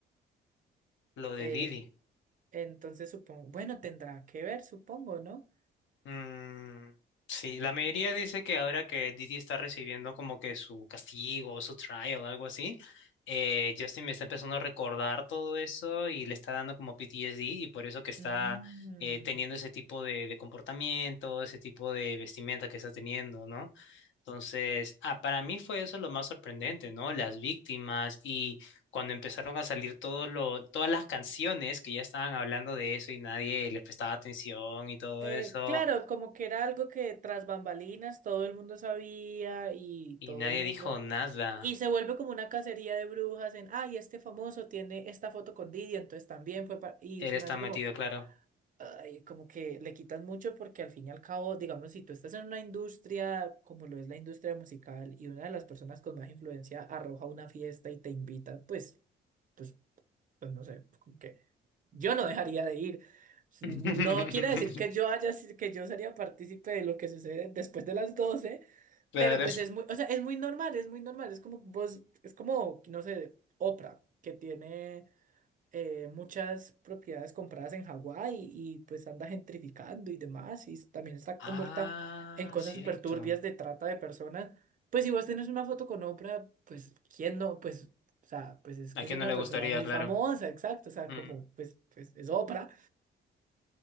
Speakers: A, on the left (about 75°); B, on the right (about 40°).
A: Lo de
B: eh,
A: Didi.
B: entonces supongo, bueno, tendrá que ver, supongo, ¿no?
A: Mm, sí, la mayoría dice que ahora que Didi está recibiendo como que su castigo, su trial, algo así, eh, Justin me está empezando a recordar todo eso y le está dando como PTSD y por eso que está
B: Mm.
A: eh, teniendo ese tipo de, de comportamiento, ese tipo de vestimenta que está teniendo, ¿no? Entonces, ah, para mí fue eso lo más sorprendente, ¿no? Las víctimas y cuando empezaron a salir todos lo- todas las canciones que ya estaban hablando de eso y nadie les prestaba atención y todo
B: Eh,
A: eso.
B: claro, como que era algo que tras bambalinas todo el mundo sabía y
A: Y
B: todo
A: nadie
B: el mundo
A: dijo nada.
B: Y se vuelve como una cacería de brujas en, ay, este famoso tiene esta foto con Didi, entonces también fue para... Y
A: Él
B: se
A: está
B: me hace
A: metido,
B: como,
A: claro.
B: ay, como que le quitan mucho porque al fin y al cabo, digamos, si tú estás en una industria como lo es la industria musical y una de las personas con más influencia arroja una fiesta y te invita, pues, pues, pues no sé, como que yo no dejaría de ir. No
A: <laughs>
B: quiere decir que yo haya, si, que yo sería partícipe de lo que sucede después de las 12
A: Claro.
B: pero pues es muy, o sea, es muy normal, es muy normal. Es como vos, es como, no sé, Oprah, que tiene eh, muchas propiedades compradas en Hawái y y, pues anda gentrificando y demás. Y también está
A: Ah,
B: envuelta en cosas
A: cierto.
B: súper turbias de trata de personas. Pues si vos tenés una foto con Oprah, pues quién no, pues, o sea, pues es que
A: ¿A quién
B: es una
A: no le
B: persona
A: gustaría,
B: muy
A: claro?
B: famosa, exacto. O sea,
A: Mm,
B: como, pues, pues es Oprah.